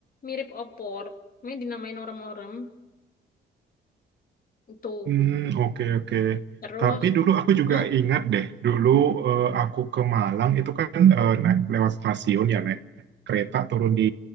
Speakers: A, on the left (about 45°); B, on the right (about 65°).
A: mirip opor. Ini dinamain orem-orem. Itu
B: Hmm, oke oke.
A: terus,
B: Tapi dulu aku juga
A: Hah?
B: ingat deh, dulu eh, aku ke Malang itu kan eh, naik lewat stasiun ya naik kereta turun di